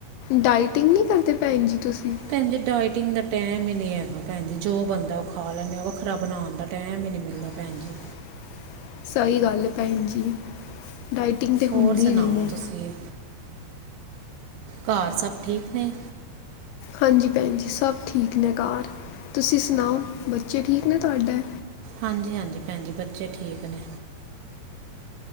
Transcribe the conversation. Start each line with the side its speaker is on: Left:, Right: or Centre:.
Left: ਡਾਇਟਿੰਗ ਨੀਂ ਕਰਦੇ, ਭੈਣ ਜੀ ਤੁਸੀ?
Right: ਭੈਣਜੀ ਡਾਇਟਿੰਗ ਦਾ ਟੈਮ ਈਂ ਨੀਂ ਹੈਗਾ ਭੈਣ ਜੀ, ਜੋ ਬੰਦਾ ਓ ਖਾ ਲੈਂਦੇ ਵੱਖਰਾ ਬਣਾਣ ਦਾ ਟੈਮ ਈਂ ਨੀਂ ਮਿਲਦਾ।
Left: <inaudible>
Right: ਭੈਣ ਜੀ
Left: ਸਈ ਗੱਲ ਏ ਭੈਣ ਜੀ, ਡਾਈਟਿੰਗ ਤਾਂ ਹੁੰਦੀ
Right: ਹੋਰ ਸੁਣਾਓ
Left: ਵੀ ਨੀਂ।
Right: ਤੁਸੀਂ ਘਰ ਸਭ ਠੀਕ ਨੇ?
Left: ਹਾਂਜੀ ਭੈਣ ਜੀ, ਸਭ ਠੀਕ ਨੇ ਘਰ। ਤੁਸੀਂ ਸੁਣਾਓ ਬੱਚੇ ਠੀਕ ਨੇ ਤੁਆਡੇ?
Right: ਹਾਂਜੀ-ਹਾਂਜੀ ਭੈਣ ਜੀ, ਬੱਚੇ ਠੀਕ ਨੇ।